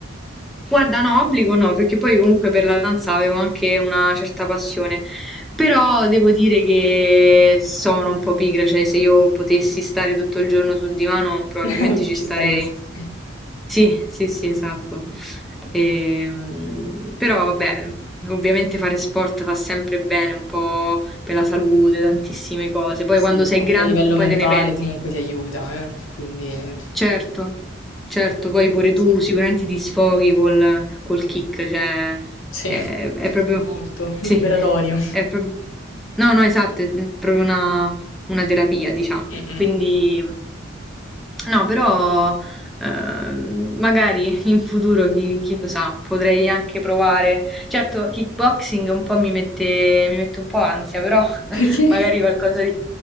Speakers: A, in the centre; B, on the left.
A: Guarda, no, obbligo no, perché poi comunque per la danza avevo anche una certa passione, però devo dire che sono un po' pigra, cioè se io potessi stare tutto il giorno sul divano probabilmente
B: <laughs>
A: ci
B: Ci
A: starei.
B: staresti.
A: Sì, sì, sì, esatto. Ehm, però vabbè, ovviamente fare sport fa sempre bene, un po' per la salute, tantissime cose, poi
B: Sì,
A: quando sei
B: anche
A: grande
B: a livello
A: poi
B: mentale
A: te ne penti.
B: comunque ti aiuta, eh, quindi
A: Certo, certo, poi
B: quindi
A: pure tu
B: sì.
A: sicuramente ti sfoghi col, col kick, cioè
B: Sì,
A: è, è proprio,
B: molto liberatorio.
A: sì, è proprio, no, no, esatto, è proprio una, una terapia, diciamo.
B: Mh-mh.
A: Quindi, no, però ehm, magari in futuro, chi, chi lo sa, potrei anche provare Certo, kickboxing un po' mi mette, mi mette un po' ansia, però <laughs>
B: Perché?
A: magari qualcosa di...